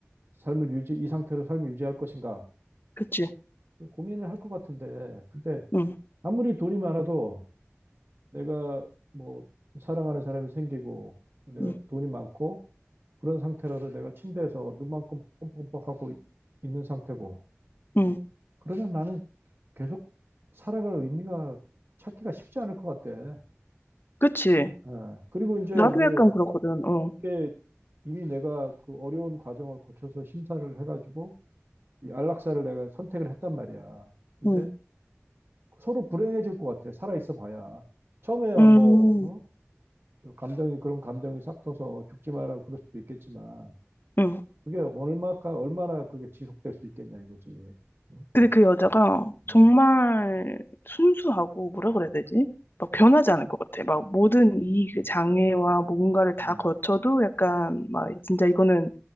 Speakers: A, on the right (about 50°); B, on the left (about 45°).
A: 삶을 유지, 이 상태로 삶을 유지할 것인가
B: 그치.
A: 그 고민을 할 것 같은데 근데
B: 음,
A: 아무리 돈이 많아도 내가 뭐 사랑하는 사람이 생기고 내가
B: 음,
A: 돈이 많고 그런 상태라도 내가 침대에서 눈만 껌뻑껌뻑하고 있는 상태고
B: 음,
A: 그러면 나는 계속 살아갈 의미가 찾기가 쉽지 않을 것 같대.
B: 그치.
A: 예. 그리고 이제
B: 나도
A: 뭐
B: 약간 그렇거든. 어,
A: 그게 이미 내가 그 어려운 과정을 거쳐서 심사를 해가지고 이 안락사를 내가 선택을 했단 말이야. 근데
B: 음,
A: 서로 불행해질 것 같아. 살아 있어 봐야. 처음에야
B: 음,
A: 뭐, 어? 저 감정이, 그런 감정이 싹 터서 죽지 마라 그럴 수도 있겠지만,
B: 음.
A: 그게 얼마까, 얼마나 그게 지속될 수 있겠냐 이거지. 응?
B: 근데 그 여자가
A: 어,
B: 정말 순수하고 뭐라 그래야 되지? 막 변하지 않을 것 같아. 막 모든 이 그 장애와 뭔가를 다
A: 음.
B: 거쳐도 약간 막 진짜 이거는